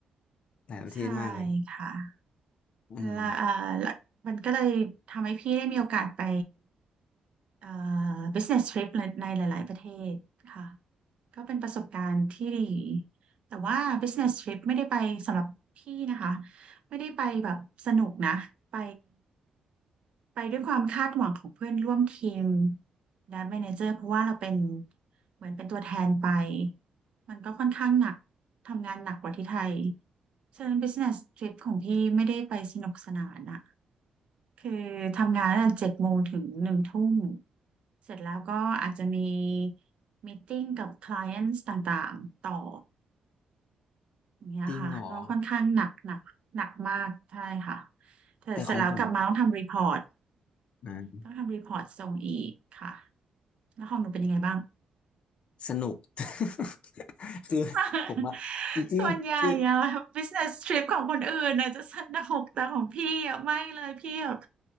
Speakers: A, on the left; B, on the right.
A: หลายประเทศมากเลย
B: ใช่ค่ะ
A: อืม
B: และเอ่อและมันก็เลยทำให้พี่ได้มีโอกาสไปเอ่อ business trip ในหลายๆประเทศค่ะก็เป็นประสบการณ์ที่ดีแต่ว่า business trip ไม่ได้ไปสำหรับพี่นะคะไม่ได้ไปแบบสนุกนะไป ไปด้วยความคาดหวังของเพื่อนร่วมทีมและแมเนเจอร์เพราะว่าเราเป็นเหมือนเป็นตัวแทนไปมันก็ค่อนข้างหนักทำงานหนักกว่าที่ไทยฉะนั้น business trip ของพี่ไม่ได้ไปสนุกสนานอะคือทำงานตั้งแต่เจ็ดโมงถึงหนึ่งทุ่มเสร็จแล้วก็อาจจะมีมีตติ้งกับ clients ต่างๆต่ออย่างเงี้ยค่ะก็ค่อนข้างหนักหนักหนักมากใช่ค่ะ
A: จริงเหรอ
B: แต่เสร็จแล้วกลับมาต้องทำรีพอร์ต
A: แต่ของผมอ่า
B: ต้องทำรีพอร์ตส่งอีกค่ะแล้วของหนูเป็นยังไงบ้าง
A: สนุก <laughs> คือผมอะจริงๆคือ
B: <laughs> ส่วนใหญ่อะ business trip ของคนอื่นอะจะสนุกแต่ของพี่อะไม่เลยพี่แบบ